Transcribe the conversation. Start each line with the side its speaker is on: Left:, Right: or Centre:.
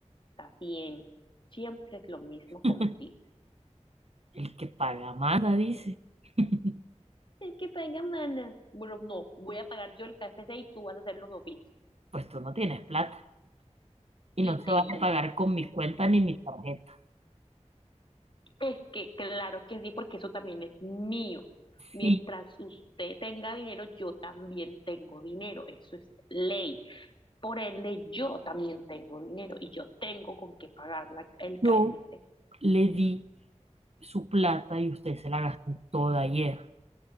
Left: está bien. Siempre es lo mismo
Right: <laughs>
Left: contigo.
Right: El que paga manda, dice. <laughs>
Left: Es que paga, mana. Bueno, no, voy a pagar yo el KFC y tú vas a hacer los oficios.
Right: Pues tú no tienes plata y
Left: Sí,
Right: no se
Left: tengo.
Right: vale pagar con mi cuenta ni mi tarjeta.
Left: Es que claro que sí, porque eso también es mío. Mientras
Right: si
Left: usted tenga dinero, yo también tengo dinero. Eso es ley. Por ende, yo también tengo dinero y yo tengo con qué pagar la- el K
Right: yo
Left: F C
Right: le di su plata y usted se la gastó toda ayer.